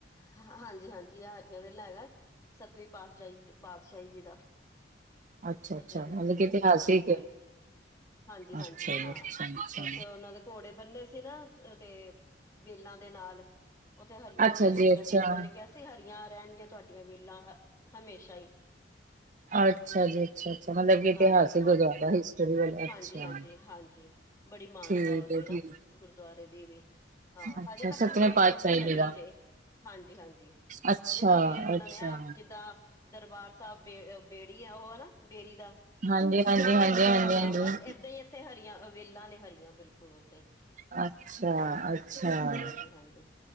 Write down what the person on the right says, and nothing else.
ਅੱਛਾ-ਅੱਛਾ
ਮਤਲਬ
ਕਿ
ਇਤਿਹਾਸਿਕ
ਹੈ।
ਅੱਛਾ ਜੀ
ਅੱਛਾ-ਅੱਛਾ।
ਅੱਛਾ ਅੱਛਾ
ਜੀ
ਅੱਛਾ।
ਅੱਛਾ ਜੀ ਅੱਛਾ-ਅੱਛਾ ਮਤਲਬ ਕਿ ਇਤਿਹਾਸਿਕ
ਗੁਰਦੁਆਰਾ ਹਿਸਟਰੀ ਵਾਲਾ ਅੱਛਾ।
ਠੀਕ
ਹੈ
ਠੀਕ
ਹੈ। ਅੱਛਾ
ਸੱਤਵੇਂ
ਪਾਤਸ਼ਾਹੀ
ਜੀ ਦਾ
ਅੱਛਾ-ਅੱਛਾ।
ਹਾਂਜੀ-ਹਾਂਜੀ,
ਹਾਂਜੀ-ਹਾਂਜੀ,
ਹਾਂਜੀ
ਅੱਛਾ-ਅੱਛਾ। ਅੱਛਾ